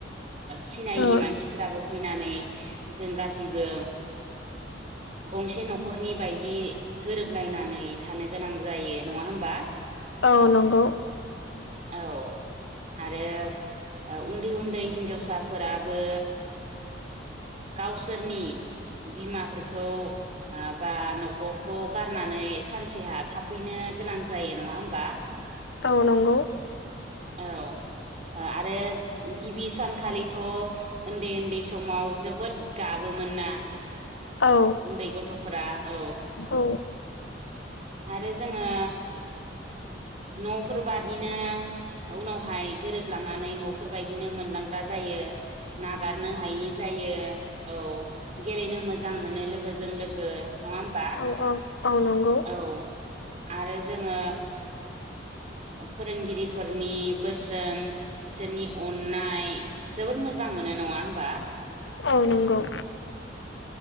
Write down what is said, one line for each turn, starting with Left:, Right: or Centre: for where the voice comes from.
Right: सिनायि
Left: औ
Right: मानसिफोराबो फैनानै जों गासैबो गंसे न'खरनि बायदि गोरोबलायनानै थानो गोनां जायो नङा होमबा
Left: औ नंगौ
Right: औ आरो उन्दै उन्दै हिन्जावसाफोराबो गावसोरनि बिमाफोरखौ बा न'खर खौ गारनानै सानसेहा थाफैनो गोनां जायो नङा होमबा
Left: औ नंगौ
Right: औ आरो गिबि सानखालिथ' उन्दै उन्दै समाव जोबोद गाबोमोन नना
Left: औ
Right: उन्दै गथ'फोरा औ
Left: औ
Right: आरो जोङो न'फोर बादिनो उनावहाय गोरोबलांनानै न'फोरबायदिनो मोनलांग्रा जायो नागारनो हायि जायो औ गेलेनो मोजां मोजां मोनो लोगोजों लोगो नङा होमबा
Left: औ औ आनंांगौ
Right: औ आरो जोङो फोरोंगिरिफोरनि बोसोन बिसोरनि अननाय जोबोद मोजां मोनो नङा होमबा
Left: औ नंगौ